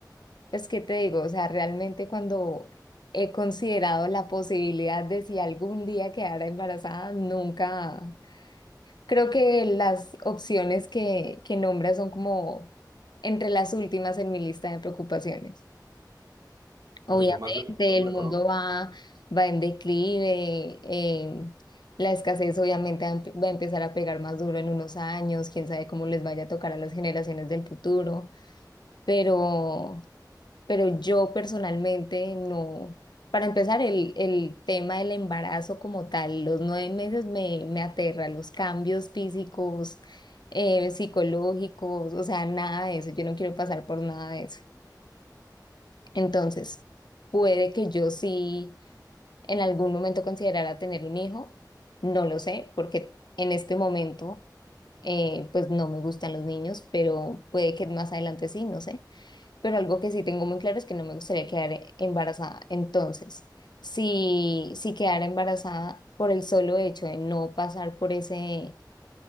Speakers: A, on the left; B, on the right.
A: Pues, ¿qué te digo? O sea, realmente cuando he considerado la posibilidad de si algún día quedara embarazada, nunca. Creo que las opciones que, que nombras son como entre las últimas en mi lista de preocupaciones. Obviamente,
B: te preocupa más lo, lo
A: el
B: económico.
A: mundo va, va en declive, eh, la escasez obviamente va a empe- va a empezar a pegar más duro en unos años, quién sabe cómo les vaya a tocar a las generaciones del futuro, pero, pero yo personalmente no. Para empezar, el, el tema del embarazo como tal, los nueve meses me, me aterra, los cambios físicos, eh, psicológicos, o sea, nada de eso, yo no quiero pasar por nada de eso. Entonces, puede que yo sí en algún momento considerara tener un hijo, no lo sé, porque en este momento eh, pues no me gustan los niños, pero puede que más adelante sí, no sé. Pero algo que sí tengo muy claro es que no me gustaría quedar e- embarazada. Entonces, si, si quedara embarazada por el solo hecho de no pasar por ese,